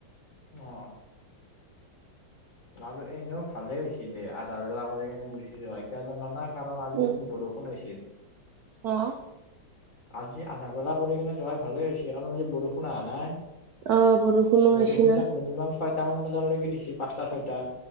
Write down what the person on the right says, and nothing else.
উম
<unintelligible>
অ বৰষুণো
আহিছি না